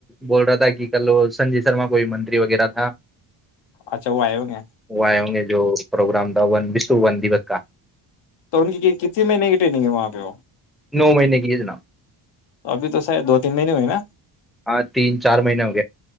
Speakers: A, in the centre; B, on the left (about 65°).
A: بول رہا تھا کہ کل سنجے شرما کوئی منتری وغیرہ تھا
B: اچھا وہ آئے ہوں گے
A: وہ آئے ہوں گے جو پروگرام تھا ونشو ون دوس کا
B: تو ان کی کتنی مہینے کی ٹرینگ ہے وہاں پہ وہ
A: نو مہینے کی ہے جناب
B: تو ابھی تو ساید دو تین دن ہو گئے نا
A: ہاں تین چار مہینے ہو